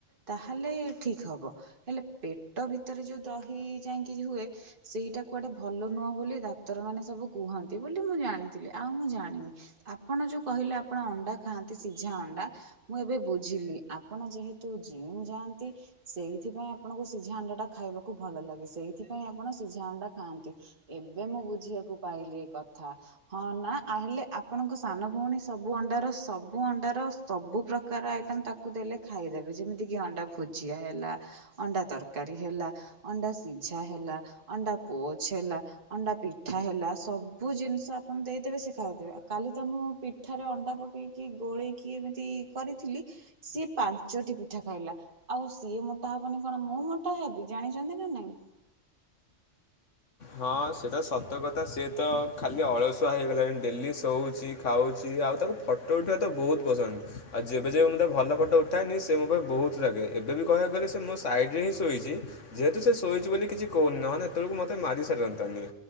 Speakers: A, on the right; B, on the left.
A: ତାହେଲେ ଠିକ ହବ। ହେଲେ ପେଟ ଭିତରେ ଯୋଉ ଦହି ଯାଇକି ହୁଏ ସେଇଟାକୂ କୁଆଡ଼େ ଭଲ ନୁହଁ ବୋଲି ଡାକ୍ତରମାନେ ସବୁ କୁହନ୍ତି ବୋଲି ମୁଁ ଜାଣିଥିଲି ଆଉ ମୁଁ ଜାଣିନି। ଆପଣ ଯୋଉ କହିଲେ ଆପଣ ଅଣ୍ଡା ଖାଆନ୍ତି ସିଝା ଅଣ୍ଡା ମୁଁ ଏବେ ବୁଝିଲି ଆପଣ ଯେହେତୁ ଜିମ୍ ଯାଆନ୍ତି ସେଇଥିପାଇଁ ଆପଣଙ୍କୁ ସିଝା ଅଣ୍ଡାଟା ଖାଇବାକୁ ଭଲ ଲାଗେ। ସେଇଥିପାଇଁ ଆପଣ ସିଝା ଅଣ୍ଡା ଖାଆନ୍ତି। ଏବେ ମୁଁ ବୁଝିବାକୁ ପାଇଲି ଏ କଥା ହଁ ନା ହେଲେ ଆପଣଙ୍କ ସାନ ଭଉଣୀ ସବୁ ଅଣ୍ଡାର ସବୁ ଅଣ୍ଡାର ସବୁ ପ୍ରକାର ଆଇଟମ ତାକୁ ଦେଲେ ଖାଇଦେବେ ଯେମିତି କିି ଅଣ୍ଡା ଭୁଜିଆ ହେଲା ଅଣ୍ଡା ତରକାରୀ ହେଲା, ଅଣ୍ଡା ସିଝା ହେଲା, ଅଣ୍ଡା ପୋଚ ହେଲା ଅଣ୍ଡା ପିଠା ହେଲା ସବୁ ଜିନିଷ ଆପଣ ଦେଇଦେବେ ସେ ଖାଉଥିବ। କାଲି ତ ମୁଁ ପି ପିଠାରେ ଅଣ୍ଡା ପକେଇକି ଗୋଳେଇକି ଏମିତି କରିଥିଲି ସିଏ ପାଞ୍ଚଟି ପିଠା ଖାଇଲା। ଆଉ ସିଏ ମୋଟା ହବନି କଣ ମୁଁ ମୋଟା ହେବି? ଜାଣିଛନ୍ତି ନା ନାଇଁ।
B: ହଁ ସେଇଟା ସତ କଥା ସିଏ ତ ଖାଲି ଅଳସୁଆ ହେଇଗଲାଣି, ଡେଲି ଶୋଉଚି, ଖାଉଚି, ଆଉ ତାକୁ ଫଟୋ ଉଠେଇବା ତ ବହୁତ ପସନ୍ଦ। ଆଉ ଯେବେ ଯେବେ ମୁଁ ତା ଭଲ ଫଟୋ ଉଠାଏନି ସେ ମୋ ଉପରେ ବହୁତ ରାଗେ। ଏବେ ବି କହିବାକୁ ଗଲେ ସେ ମୋ ସାଇଡ୍ ରେ ହିଁ ଶୋଇଚି। ଯେହେତୁ ସେ ଶୋଇଚି ବୋଲି କିଛି କହୁନି, ନହେନେ ଏ ତବେଳକୁ ମୋତେ ମାରି ସାରନ୍ତାନି।